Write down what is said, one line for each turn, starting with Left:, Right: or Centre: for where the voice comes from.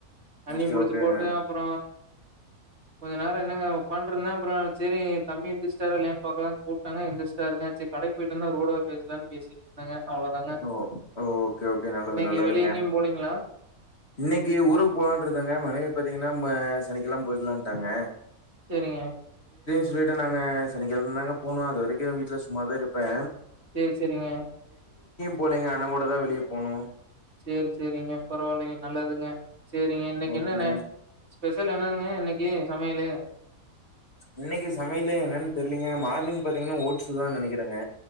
Right: தண்ணி
Left: ஓகே
Right: புடிச்சு
Left: ஓகேங்க
Right: போட்டு அப்ற கொஞ்ச நேரொ என்னங்க பன்ட்ருந்த அப்ற சேரி ஏ தம்பி எந்துச்ட்டாரா ல்லயான் பாக்கலான் கூப்ட்டங்க எந்திரிச்டாருங்க சரி கடைக்கு போயிட்டு வந்து அரோட பேசலாம்னு பேசி தாங்க அவ்ளோதாங்க
Left: ஓ ஓகே ஓகே நல்லது
Right: இன்னைக்கு
Left: நல்லதுங்க
Right: வெளிய எங்கயு போலீங்ளா
Left: இன்னைக்கு ஊருக்கு போலான்ருந்தங்க மனைவி பாத்தீங்னா ம சனிக்கெழம போயக்கலாட்டாங்க
Right: செரிங்க
Left: சொல்லிட்ட நாங்க சனிக்கெழதாங்க போனு அது வரைக்கு நா வீட்ல சும்மா தாருப்பே
Right: சேரி சேரிங்க
Left: போலைங்க அண்ண கூட தா வெளிய போணு
Right: சேரி சேரிங்க பரவால்லைங்க நல்லதுங்க சேரிங்க இன்னைக்கு
Left: ஓகேங்க
Right: என்னன்ன ஸ்பெஷல் என்னங்க இன்னைக்கு சமையலு
Left: இன்னைக்கு சமையலு என்னன் தெரிலீங்க மார்னிங் பாத்தீங்னா ஓட்ஸுதா நெனைக்குறேங்க